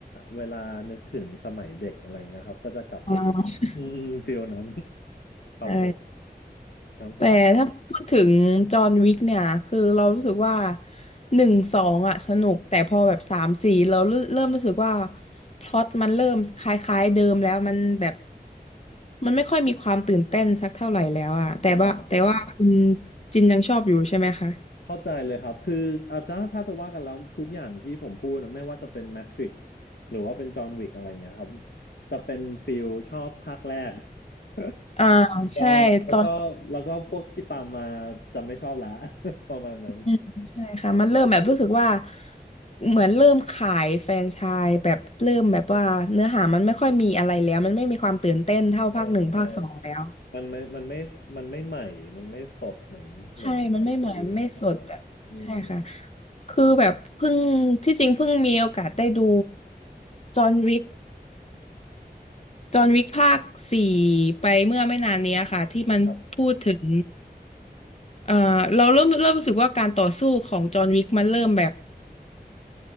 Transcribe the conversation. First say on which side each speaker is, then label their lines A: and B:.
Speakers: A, on the left; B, on the left.
A: เวลานึกถึงสมัยเด็กอะไรเงี้ยครับ ก็จะกลับไปดูอืมฟิลนั้น
B: อ่า
A: <laughs> ครับผม
B: ใช่
A: ครับผม
B: แต่ถ้าพูดถึงจอห์นวิกเนี่ย คือเรารู้สึกว่า หนึ่งสองอ่ะสนุก แต่พอแบบสามสี่เราเริ่มเริ่มรู้สึกว่าพล็อตมันเริ่มคล้ายๆเดิมแล้วมันแบบ มันไม่ค่อยมีความตื่นเต้นสักเท่าไหร่แล้วอ่ะแต่ว่าแต่ว่าคุณ
A: เข้าใจ
B: จินยังชอบอยู่ใช่ไหมคะ
A: เข้าใจเลยครับคืออาถ้าถ้าจะว่ากันแล้วทุกอย่างที่ผมพูดนะไม่ว่าจะเป็นแมทริกซ์หรือว่าเป็นจอห์นวิกอะไรอย่างเงี้ยครับจะเป็นฟิลชอบภาคแรก <laughs>
B: อ่า
A: ก็แล้วก็แล้วก็พวกที่ตามมา
B: ใช่ตอน
A: จะไม่ชอบแล้ว <laughs> ประมาณนั้น
B: อืมใช่ค่ะมันเริ่มแบบรู้สึกว่าเหมือนเริ่มขายแฟรนไชส์แบบเริ่มแบบว่าเนื้อหามันไม่ค่อยมีอะไรแล้วมันไม่มีความตื่นเต้นเท่าภาคหนึ่งภาคสองแล้ว
A: ใช่ใช่มันไม่มันไม่มันไม่ใหม่มันไม่สดเหมือนเหมือนตอนดูแรกๆอืม
B: ใช่มันไม่เหมือนไม่สดแบบใช่ค่ะคือแบบเพิ่งที่จริงเพิ่งมีโอกาสได้ดูจอห์นวิกจอห์นวิกภาคสี่ไปเมื่อไม่นานเนี้ยค่ะที่มันพูดถึง
A: ครับ
B: เอ่อเราเริ่มเริ่มรู้สึกว่าการต่อสู้ของจอห์นวิกมันเริ่มแบบ